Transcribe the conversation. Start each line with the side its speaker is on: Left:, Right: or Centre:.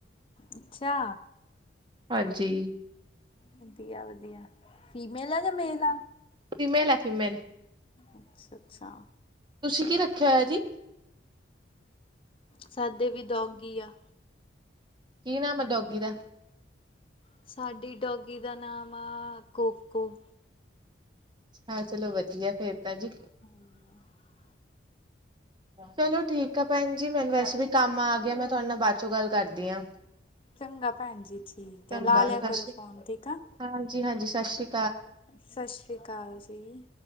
Left: ਅੱਛਾ
Right: ਹਾਂਜੀ
Left: ਵਧੀਆ ਵਧੀਆ ਫੀਮੇਲ ਆ ਜਾਂ ਮੇਲ ਆ
Right: ਫਿਮੇਲ ਹੈ ਫੀਮੇਲ
Left: ਅੱਛਾ ਅੱਛਾ
Right: ਤੁਸੀਂ ਕੀ ਰੱਖਿਆ ਹੋਇਆ ਜੀ
Left: ਸਾਦੇ ਵੀ ਦੌਗੀ ਆ
Right: ਕੀ ਨਾਮ ਡੋਗੀ ਦਾ
Left: ਸਾਡੀ ਡੌਗੀ ਦਾ ਨਾਮ ਆ ਕੋਕੋ
Right: ਹਾਂ ਚਲੋ ਵਧੀਆ ਫੇਰ ਤਾਂ ਜੀ
Left: ਹਮ
Right: ਚਲੋ ਠੀਕ ਆ ਭੈਣ ਜੀ ਮੈਨੂੰ ਵੈਸੇ ਵੀ ਕੰਮ ਆ ਗਿਆ ਮੈਂ ਤੁਹਾਡੇ ਨਾਲ ਬਾਅਦ ਚੋਂ ਗੱਲ ਕਰਦੀ ਦੀਆਂ
Left: ਚੰਗਾ ਭੈਣ ਜੀ ਠੀਕ ਹੈ
Right: ਚੰਗਾ
Left: ਲਾ ਲਿਆ
Right: ਸਤਿ
Left: ਕਰੋ
Right: ਸ੍ਰੀ
Left: ਫੋਨ ਠੀਕ ਆ
Right: ਹਾਂਜੀ ਹਾਂਜੀ ਸਤਿ ਸ੍ਰੀ ਅਕਾਲ
Left: ਸਤਿ ਸ਼੍ਰੀ ਅਕਾਲ ਜੀ